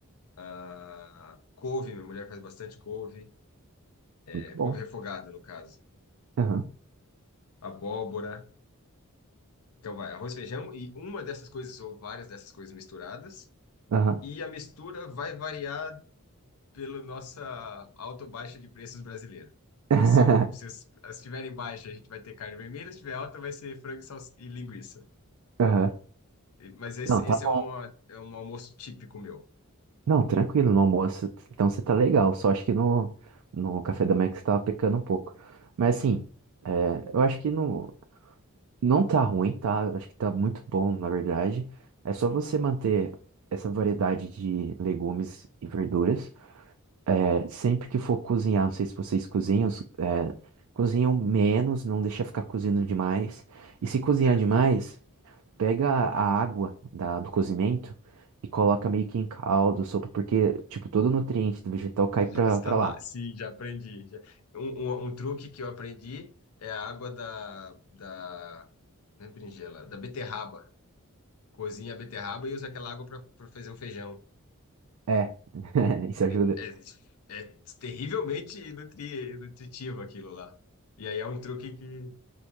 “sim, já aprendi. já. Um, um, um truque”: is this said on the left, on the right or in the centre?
Left